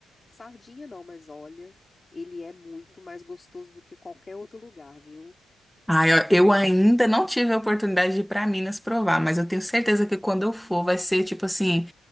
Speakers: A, on the left; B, in the centre.
A: sardinha não, mas olha, ele é muito mais gostoso do que qualquer outro lugar, viu?
B: Ai, ó, eu ainda não tive a oportunidade de ir pra Minas provar, mas eu tenho certeza que quando eu for vai ser tipo assim,